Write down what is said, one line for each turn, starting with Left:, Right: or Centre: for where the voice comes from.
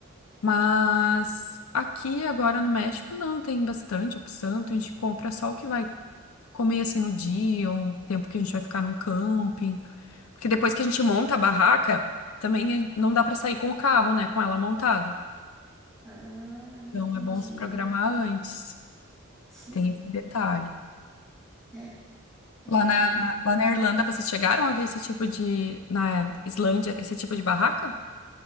Left: Mas aqui agora no México não tem bastante opção, então a gente compra só o que vai comer assim no dia, ou o tempo que a gente vai ficar num camping. Porque depois que a gente monta a barraca, também eh, não dá pra sair com o carro, né? Com ela montada.
Centre: Ah,
Left: Então
Centre: entendi.
Left: é bom se programar antes.
Centre: Sim.
Left: Tem esse detalhe.
Centre: É,
Left: Lá
Centre: é,
Left: na,
Centre: e
Left: lá na Irlanda, vocês chegaram a ver esse tipo de. Na Islândia, esse tipo de barraca?